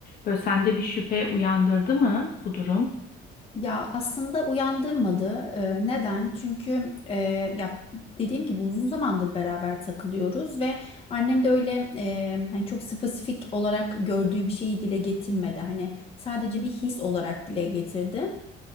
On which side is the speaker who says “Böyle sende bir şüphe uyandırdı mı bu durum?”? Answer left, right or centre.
Left